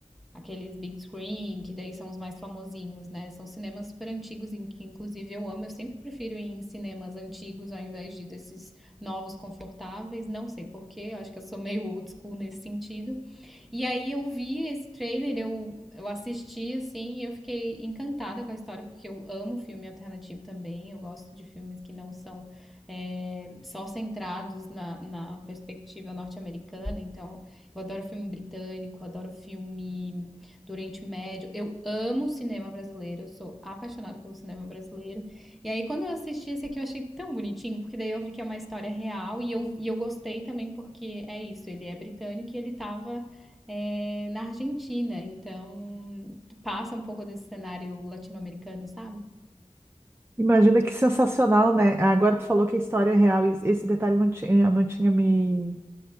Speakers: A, in the centre; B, on the right (about 20°).
A: aqueles big screen, que daí são os mais famosinhos, né? São cinemas super antigos, em que inclusive eu amo. Eu sempre prefiro ir em cinemas antigos ao invés de desses novos confortáveis. Não sei porquê, acho que eu sou meio old school nesse sentido. E aí eu vi esse trailer, eu, eu assisti, assim, e eu fiquei encantada com a história, porque eu amo filme alternativo também, eu gosto de filmes que não são é, só centrados na, na perspectiva norte-americana, então eu adoro filme britânico, adoro filme do Oriente Médio, eu amo o cinema brasileiro, eu sou apaixonada pelo cinema brasileiro, e aí quando eu assisti esse aqui eu achei tão bonitinho, porque daí eu vi que é uma história real, e eu, e eu gostei também porque é isso, ele é britânico e ele tava é, na Argentina, então passa um pouco desse cenário latino-americano, sabe?
B: Imagina que sensacional, né? Agora tu falou que a história é real, e esse detalhe não tinha, não tinha me,